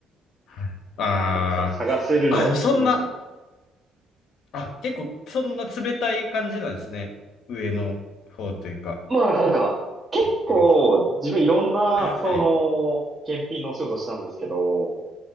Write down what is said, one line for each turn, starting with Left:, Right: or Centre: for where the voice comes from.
Left: はいあー。
Right: な。さ探せるの普通でしょ、
Left: あ、でもそんな、
Right: みたい
Left: あ、結構そんな冷たい感じなんですね。上の方というか、
Right: な。まあ、なんか、結構自分いろんな、
Left: 言ってる人。はい、
Right: その、検品のお仕事したんですけど、